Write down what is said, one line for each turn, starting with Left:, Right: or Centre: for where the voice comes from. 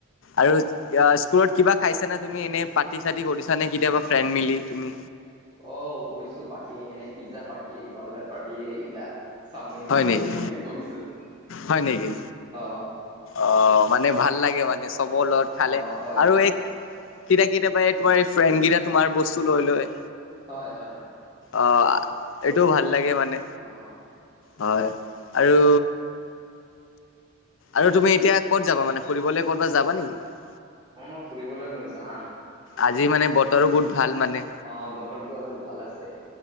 Left: আৰু স্কুলত কিবা খাইছা তুমি এনে পাৰ্টি চাৰটি কৰিচা নে কেতিয়াবা ফ্ৰেণ্ড মিলি তুমি
Right: অ', কৰিছো পাৰ্টি এনেই পিজ্জা পাৰ্টি, বাৰ্গাৰ পাৰ্টি এইকেইটা চাওমিন
Left: হয়
Right: পাৰটি
Left: নেকি
Right: সেইকেইটা কৰিছো
Left: হয় নেকি
Right: অ'
Left: অ' মানে ভাল লাগে মানে চবৰ লগত খালে
Right: অ', হয়,
Left: আৰু
Right: হয়,
Left: এই কেইটা কেইতিয়াবা এই তোমাৰ এই ফ্ৰেণ্ড কেইটা তোমাৰ বস্তু লৈ লয়
Right: হয় হয় হয়।
Left: অ', এইটোও ভাল লাগে মানে
Right: অ',
Left: হয় আৰু আৰু তুমি এতিয়া ক'ত যাব মানে ফুৰিবলৈ ক'ৰবাত যাবা নেকি এতিয়া
Right: অ', ফুৰিবলৈ মই যাম
Left: আজি মানে বতৰো বহুত ভাল মানে
Right: অ', বতৰটো আজি ভাল আছে।